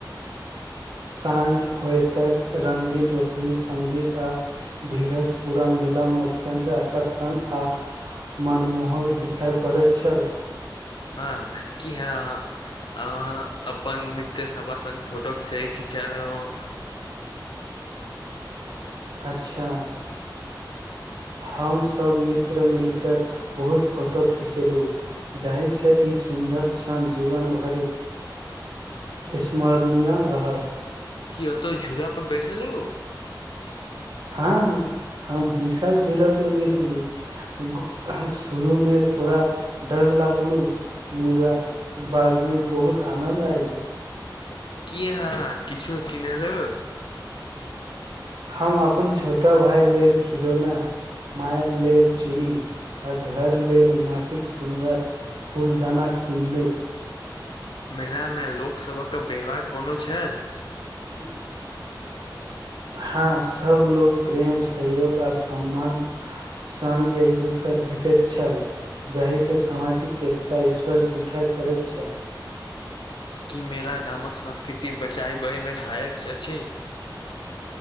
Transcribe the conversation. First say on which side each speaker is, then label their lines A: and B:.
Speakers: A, on the right (about 65°); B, on the left (about 75°).
A: साँझ होयतक रंगीन रोशनी संगीत आ भेड़स पूरा मेला में अत्यंत आकर्षण आ मनमोहो दिखाइ पड़ैत छल
B: हँ की हाँ हाँ अहाँ अपन मित्र सभक संग फोटो सेहो खिचाय लेलहुँ
A: अच्छा हम सभ मित्र मिलकेर बहुत फोटो खिचेलुँ जाहि सँ ई सुन्दर छन जीवन भरि स्मरणीय रहल
B: की ओतऽ झूला पर बैसलुँ
A: हँ हम विशाल झोला पर बेसलुँ ग शुरू मे थोड़ा डर लागलुँ मुदा बाद में बहुत आनन्द आयलु
B: कि अहाँ किछु किन लू
A: हम अपन छोटा भाय लेल खिलौना माय लेल चूड़ी आ घर लेल माटिक सुन्दर फूलदाना किनलुँ
B: मेला में लोक सभक व्यवहार कोनो छैल
A: <unintelligible> हँ सब लोग प्रेम सहयोग आर सम्मान संग एक दोसर भेटैत छल जाहि से सामाजिक एकता स्पर्श दिखाई पड़ैत छल
B: की मेरा गामक संस्कृति बचाबबै में सहायक अछि